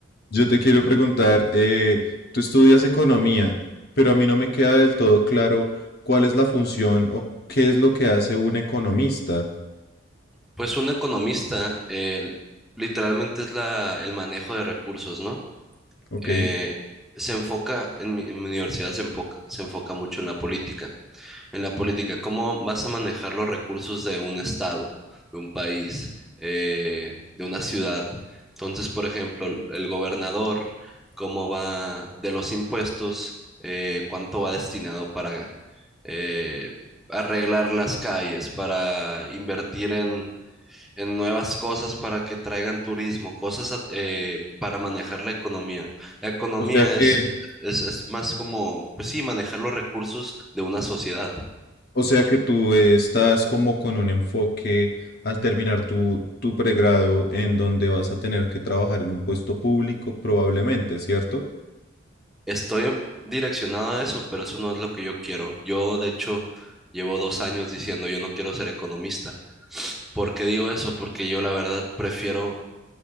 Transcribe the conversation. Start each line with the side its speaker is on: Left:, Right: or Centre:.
Left: Yo te quiero preguntar, eh, tú estudias economía, pero a mí no me queda del todo claro cuál es la función o qué es lo que hace un economista,
Centre: Pues un economista eh, literalmente es la, el manejo de recursos, ¿no?
Left: ¿ok?
Centre: Eh, se enfoca, en mi, en mi universidad se enfoca, se enfoca mucho en la política. En la política, ¿cómo vas a manejar los recursos de un estado, de un país, eh, de una ciudad? Entonces, por ejemplo, el gobernador, ¿cómo va de los impuestos? eh, ¿cuánto va destinado para eh, arreglar las calles, para invertir en, en nuevas cosas para que traigan turismo, cosas eh, para manejar la economía? La economía
Left: O sea que,
Centre: es, es, es más como, pues sí, manejar los recursos de una sociedad.
Left: o sea que tú eh, estás como con un enfoque al terminar tu, tu pregrado en donde vas a tener que trabajar en un puesto público probablemente, ¿cierto?
Centre: Estoy direccionado a eso, pero eso no es lo que yo quiero. Yo, de hecho, llevo dos años diciendo yo no quiero ser economista. ¿Por qué digo eso? Porque yo la verdad prefiero